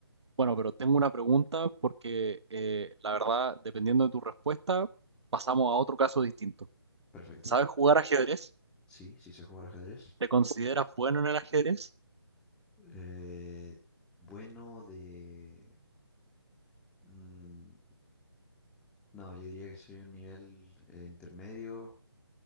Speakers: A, on the right (about 80°); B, in the centre.
A: Bueno, pero tengo una pregunta porque eh, la verdad, dependiendo de tu respuesta, pasamos a otro caso distinto.
B: Perfecto.
A: ¿Sabes jugar ajedrez?
B: Sí, sí sé jugar ajedrez.
A: ¿Te consideras bueno en el ajedrez?
B: Eh, bueno de... mm, no, yo diría que soy un nivel eh, intermedio,